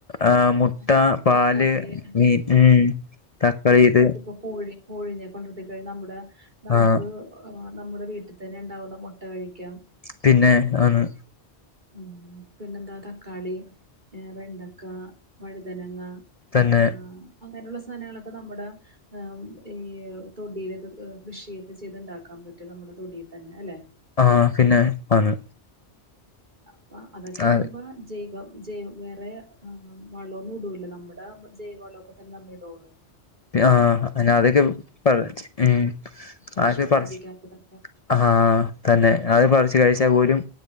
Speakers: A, on the left; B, on the right.
A: ആ മുട്ട
B: ആഹ്
A: പാല്
B: തക്കാളി ആഹ്
A: മീന് തക്കാളി ഇത്
B: ഇപ്പൊ കോഴി കോഴിനെ കൊണ്ടത്ക്കെ നമ്മുടെ നമുക്ക്
A: ആഹ്
B: ആ നമ്മുടെ വീട്ടിതന്നെണ്ടാവുന്ന മൊട്ടകഴിക്കാം
A: പിന്നെ ആന്ന്
B: ഉം പിന്നെന്താ തക്കാളി വെണ്ട അ വഴുതനങ്ങ
A: തന്നെ
B: ആ അങ്ങനെള്ള സാധനങ്ങളൊക്കെ നമ്മുടെ ആ മ്മ് ഈ തൊടിലെക്കെ കൃഷിയൊക്കെ ചെയ്തുണ്ടാക്കാൻ പറ്റും നമ്മുടെ തൊടീതന്നെ അല്ലെ
A: ആഹ് പിന്നെ ആന്ന്
B: അപ്പ അതൊക്കെ
A: ആ
B: ആകുമ്പോ ജൈവം ജയ് വേറെ വളോന്നും ഇടൂല്ല നമ്മൾ പ്പ മ്മൾ ജൈവവളൊക്കെ തന്നെമ്മഇടോള്ളു
A: ആഹ് അ അതൊക്കെ പറച്ച് ഉം
B: വിഷമൊന്നും
A: അതൊക്കെ പറച്ച്
B: അടിക്കാത്തതൊക്കെ
A: ആഹ് ആഹ് തന്നെ അത് പറച്ച് കഴിച്ചാൽപോലും